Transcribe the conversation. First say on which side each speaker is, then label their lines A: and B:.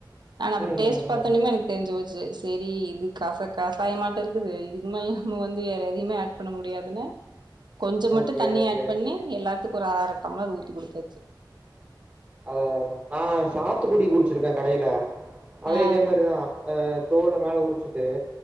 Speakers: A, on the right; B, on the right.
A: நான் அப்ப
B: ம்,
A: டேஸ்ட்
B: ம்,
A: பாத்தொன்னுமே
B: ம், ம்.
A: எனக் தெரிஞ்சு போச்சு சேரி இது கச கசாயமாட்ட இருக்குது இதுக்மேல் நம்ம வந்து வேற எதையமே ஆட் பண்ண முடியாதுன் கொஞ்ச மட்டும்
B: ஓகே,
A: தண்ணி
B: ஓகே.
A: ஆட் பண்ணி யெல்லாத்துக்கு ஒரு அற ற டம்ளர் ஊத்தி குடுத்தாச்சு
B: அததா நா சாத்துக்குடி குடிச்சிருக்கே கடையில அதே
A: ஆ
B: இதே மாரிதா அ தோல் மேல உரிச்சிட்டு